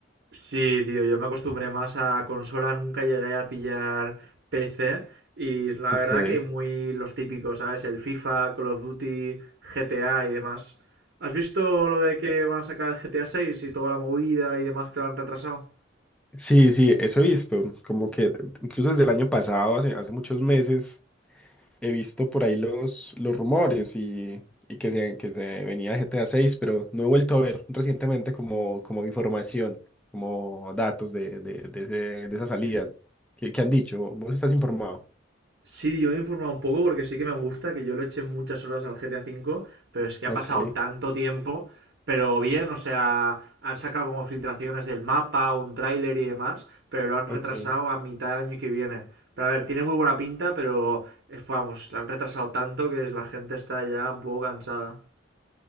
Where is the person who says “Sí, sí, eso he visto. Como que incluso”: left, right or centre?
Centre